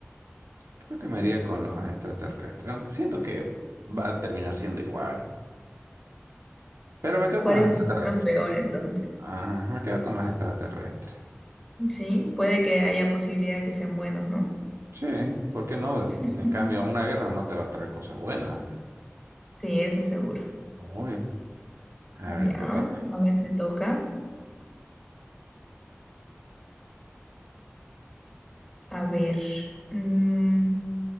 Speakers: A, on the right; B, in the centre.
A: Creo que me iría con los extraterrestres. aunque Siento que va a terminar siendo igual. Pero me quedo
B: ¿Cuál
A: con los
B: es
A: extraterrestres.
B: la opción peor entonces?
A: Ajá, me quedo con los extraterrestres.
B: Sí, puede que haya posibilidad de que sean buenos, ¿no?
A: Sí, ¿por qué no? En
B: <laughs>
A: cambio, una guerra no te va a traer cosas buenas.
B: Sí, eso seguro.
A: Obvio. A
B: Ya,
A: ver, te toca.
B: a ver, te toca. A ver, mm,